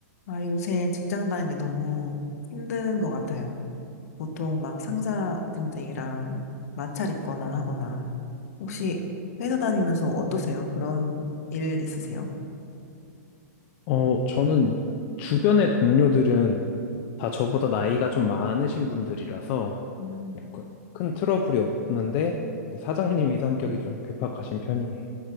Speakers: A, on the left; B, on the left.
A: 아, 요새 직장 다니는 게 너무 힘든 것 같아요. 보통 막 상사분들이랑 마찰 있거나 하거나, 혹시 회사 다니면서 어떠세요? 그런 일 있으세요?
B: 어, 저는 주변의 동료들은 다 저보다 나이가 좀 많으신 분들이라서
A: 음,
B: 뭐 그, 큰 트러블이 없는데 뭐 사장님이 성격이 좀 괴팍하신 편이에요.